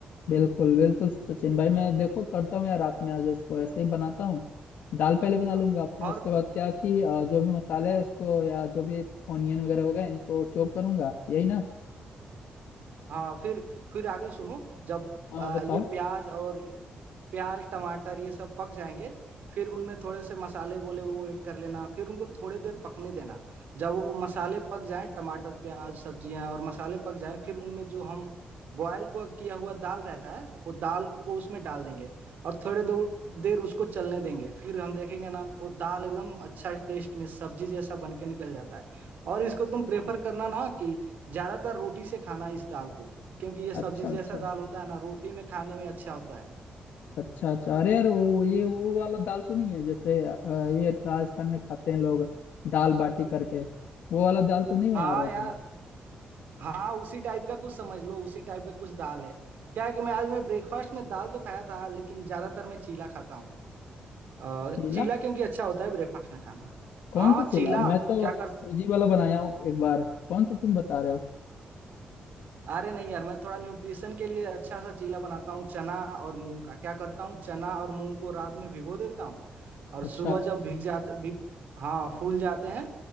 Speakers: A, on the left (about 90°); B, on the right (about 70°).
A: बिल्कुल बिल्कुल सचिन भाई मैं देखो करता हूँ यार रात में आज इसको ऐसे ही बनाता हूँ दाल पहले बना
B: हाँ,
A: लूंगा फिर
B: और
A: उसके बाद क्या कि अ, जो भी मसाले है उसको या जो भी ऑनियन वगैरह हो गए इनको चॉप करूंगा यही ना
B: हाँ फिर फिर आगे सुनो जब
A: हाँ
B: आ,
A: बताओ
B: ये प्याज और ये- प्याज टमाटर ये सब पक जाएंगे फिर उनमें थोड़े से मसाले बोले वो ऐड कर लेना फिर उनको थोड़ी देर पकने देना जब वो मसाले पक जाए टमाटर प्याज सब्जियां और मसाले पक जाए फिर उनमें जो हम बॉयल को किया हुआ दाल रहता है वो दाल को उसमें डाल देंगे और थोड़े दो देर उसको चलने देंगे फिर हम देखेंगे ना वो दाल एकदम अच्छा टेस्ट में सब्जी जैसा बन के निकल जाता है और इसको तुम प्रेफर करना ना कि ज्यादातर रोटी से खाना इस दाल को क्योंकि ये सब्जी
A: अच्छा
B: जैसा
A: अच्छा
B: दाल होता है ना रोटी में खाने में अच्छा होता है
A: अच्छा अच्छा अरे यार वो ये वो वाला दाल तो नहीं है जैसे अ, ये राजस्थान में खाते हैं लोग दाल बाटी करके वो वाला दाल तो नहीं बना
B: हाँ
A: रहे हो
B: यार
A: तुम
B: हाँ उसी टाइप का कुछ समझ लो उसी टाइप का कुछ दाल है क्या है कि मैं आज मैं ब्रेकफास्ट में दाल तो खाया था लेकिन ज्यादातर मैं चीला खाता हूँ अ,
A: चीला
B: चीला क्योंकि अच्छा होता है ब्रेकफास्ट में खाना
A: कौन
B: हाँ
A: सा चीला
B: चीला
A: मैं तो
B: क्या
A: सूजी वाला बनाया हूँ एक बार कौन सा तुम बता रहे हो
B: अरे नहीं यार मैं थोड़ा न्यूट्रिशन के लिए अच्छा सा चीला बनाता हूँ चना और मूंग का क्या करता हूँ चना और मूंग को रात में भिगो देता हूँ और
A: अच्छा
B: सुबह जब भीग जाते भीग हाँ फूल जाते हैं